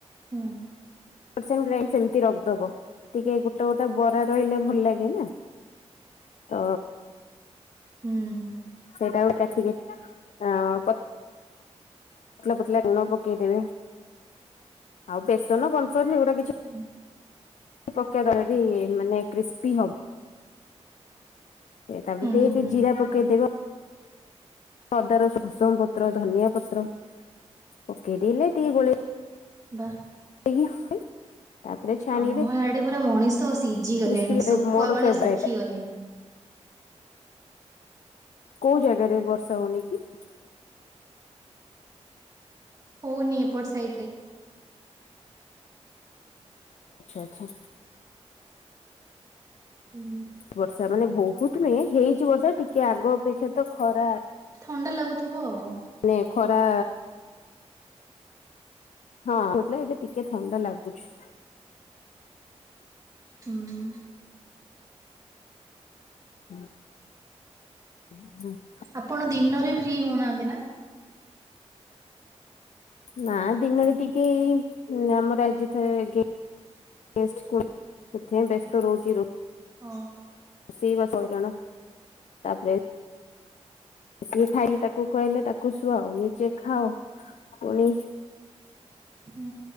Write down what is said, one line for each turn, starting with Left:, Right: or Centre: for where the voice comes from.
Right: ହଁ।
Left: <unintelligible> ସେମତି ରଖଦବ ଟିକେ ଗୋଟେ ଗୋଟେ ବରା ରହିଲେ ଭଲ ଲାଗେନା ତ
Right: ହୁଁ ହୁଁ।
Left: ସେଇଟାକୁ କାଟି କାଟି ଅଁ ପ ପତଲା ପତଲା ଗୁଣ ପକେଇଦବେ ଆଉ ବେସନ କନମ୍ଫ ଏଇଡ଼ା କିଛି
Right: ହଁ।
Left: ପକେଇ ଦେବେଟି ମାନେ କ୍ରିସ୍ପି ହ ସେ ତାପରେ
Right: ହୁଁ
Left: ଟିକେ ଟିକେ
Right: ହୁଁ
Left: ଜିରା ପକେଇଦେବେ
Right: ହୁଁ
Left: ଅଦା ରସୁଣ ଭୁଶଙ୍ଗ ପତ୍ର ଧନିଆ ପତ୍ର ପକେଇଦଲେ ଟିକେ ଗୋଳେଇ
Right: ବା
Left: <unintelligible> ତାପରେ ଛାଣିବେ
Right: ଆମ ଆଏଡ଼େ ପୁରା ମଣିଷ ସିଝି ଗଲେଣି
Left: କ୍ରିସ୍ପି
Right: ଶୁଖୁଆ
Left: ମୋର
Right: ଭଳିଆ
Left: ଫେବରାଇଟ
Right: ଶୁଖି ଗଲେଣି।
Left: କୋଉ ଜାଗାରେ ବର୍ଷା ହଉନିକି?
Right: ହୋଉନି ଏପଟ ସାଇଟରେ।
Left: ଆଚ୍ଛା ଆଚ୍ଛା।
Right: ହୁଁ।
Left: ବର୍ଷା ମାନେ ବୋହୁତ ନୁହେଁ ହେଇଚି ବର୍ଷା ଟିକେ ଆଗ ଅପେକ୍ଷା ତ ଖରା
Right: ଥଣ୍ଡା ଲାଗୁଥୁବ ଆଉ।
Left: ନାଇଁ ଖରା ହଁ <unintelligible> ଏବେ ଟିକେ ଥଣ୍ଡା ଲାଗୁଛି।
Right: ହୁଁଉଁ।
Left: ହୁଁ। ଉହୁଁ।
Right: ଆପଣ ଦିନରେ ଫ୍ରି ହୋଉନାହାନ୍ତି ନା?
Left: ନା ଦିନରେ ଟିକେ ଏଇ ଆମର ଆଜି ଥରେ ଗେ ଗେଷ୍ଟକୁ ସେଥିପାଇଁ ବେସ୍ତ ରହୁଚି ରୋ
Right: ଓହୋ।
Left: ରଷେଇ ବାସ ହଇରାଣ ତାପରେ ସିଏ ଖାଇକି ତାକୁ ଖୁଆଇଲେ ତାକୁ ଶୁଆଉ ନିଜେ ଖାଉ ପୁଣି
Right: ହୁଁ।